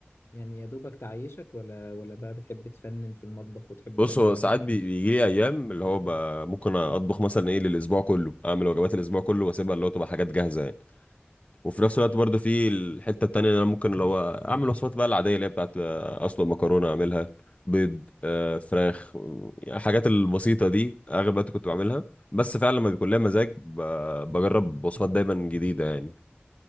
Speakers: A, on the left; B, on the left.
A: يعني يا دوبك تعيشك ولا ولا بقى بتحب تفنن في المطبخ وتحب
B: بص
A: تعمل
B: هو
A: حاجات
B: ساعات بي- بيجي لي ايام اللي هو ب- ممكن اطبخ مثلا ايه للاسبوع كله اعمل وجبات الاسبوع كله واسيبها اللي هو تبقى حاجات جاهزه يعني وفي نفس الوقت برضه في الحته التانيه اللي انا ممكن اللي هو اعمل وصفات بقى العاديه اللي هي بتاعت آه، اسلق مكرونه اعملها بيض آه، فراخ يعني الحاجات البسيطه دي اغلب الوقت كنت بعملها بس فعلا لما بيكون ليا مزاج ب- بجرب وصفات دايما جديده يعني